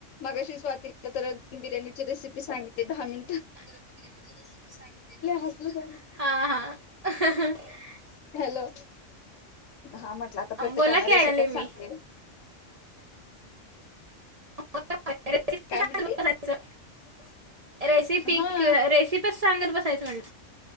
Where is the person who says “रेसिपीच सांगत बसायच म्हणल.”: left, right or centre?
Right